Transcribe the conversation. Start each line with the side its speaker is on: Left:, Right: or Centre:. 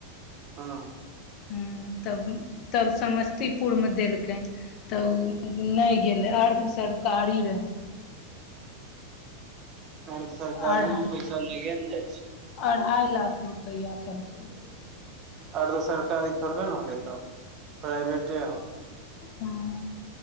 Right: हँ
Left: हूँ तब तब समस्तीपुर मे देलकै तऽ ओ नइ गेलै अर्ध सरकारी रहै
Right: आर सरकारियो
Left: अढ़ा
Right: मऽ पैसा लगे नऽ जाइ छै
Left: अढ़ाइ लाख रुपैया कहलकै
Right: अर्ध सरकारी थोड़बे नऽ होतै तब प्राइवेटे होतै
Left: हुँ